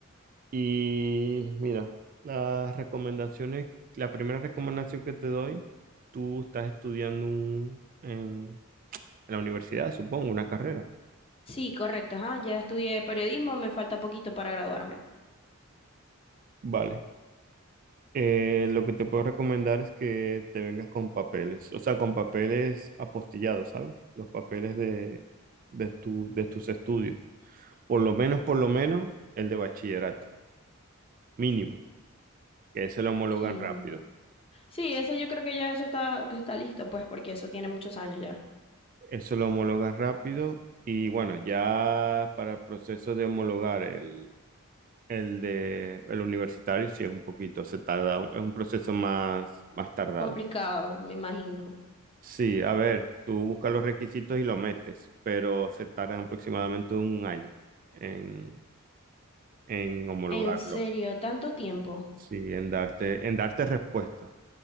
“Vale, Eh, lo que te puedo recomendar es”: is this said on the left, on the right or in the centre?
Right